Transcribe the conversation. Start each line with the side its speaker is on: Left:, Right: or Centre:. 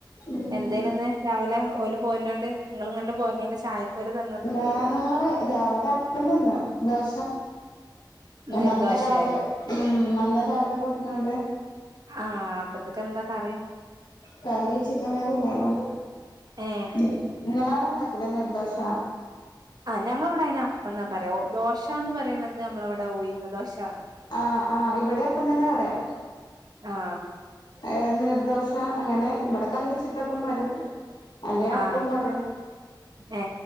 Left: ഉം
Right: എന്തേനുന്ന് രാവിലെ ഓല് പോര്നോണ്ട് ഇങ്ങള്ങ്ങട്ട് പോര്നോണ്ട് ചായക്കോല് തന്ന
Left: ഞങ്ങൾ രാവിലപ്പം തിന്ന് ദോശ
Right: നീർദോശേ
Left: നന്ന രാവിലെ ഉം നന്ന രാവിലെ പോര്നോണ്ട്
Right: ആഹ് അപ്പത്ത്ക്കെന്താ കറി
Left: കറി ചിക്കൻ കറിണ്ടായിന്നൊ
Right: ഏ
Left: ഉം ങ്ങളോടെ ണ്ടാക്കൂലേ നീർദോഷ
Right: ആ ഞങ്ങളെവടെയ്നപ്പം ന്നാ പറയ ദോശ ന്ന് പറിണത് നമ്മളെവടെ ഉയിന്ന് ദോശ
Left: ആഹ് ആഹ് ഇവടെം അപ്പം തന്നെ പറയാ
Right: ആ
Left: ഏ നീർദോശ അങ്ങനെ ഇവടെ കലക്കിച്ചുട്ടപ്പം <unintelligible> അല്ലെ അപ്പും
Right: ആ
Left: പറിയും
Right: ഏ